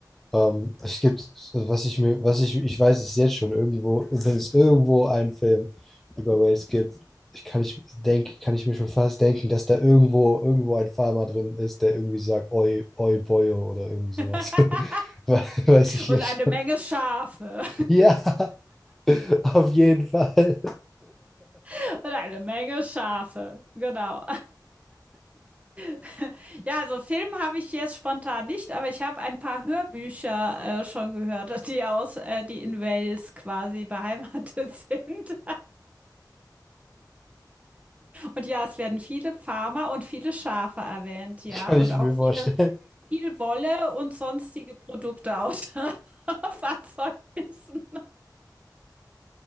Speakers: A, in the centre; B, on the right (about 20°).
A: ähm, es gibt was ich mir was ich ich weiß es jetzt schon irgendwo, wenn es irgendwo einen Film über Wales gibt, ich kann ich denke kann ich mir schon fast denken, dass da irgendwo irgendwo ein Farmer drin ist, der irgendwie sagt Oi Oi Boyo oder irgendwie sowas.
B: <laughs>
A: <laughs> We- Weiß ich
B: Und
A: jetzt
B: eine
A: schon.
B: Menge Schafe.
A: Ja, <laughs> auf jeden Fall.
B: <laughs> Und eine Menge Schafe. Genau. <laughs> Ja, also Film habe ich jetzt spontan nicht, aber ich habe ein paar Hörbücher äh, schon gehört, die aus, äh, die in Wales quasi beheimatet <laughs> sind. Und ja, es werden viele Farmer und viele Schafe erwähnt, ja,
A: Kann
B: und
A: ich
B: auch
A: mir
B: viele,
A: vorstellen.
B: viel Wolle und sonstige Produkte aus <laughs> Fahrzeugnissen.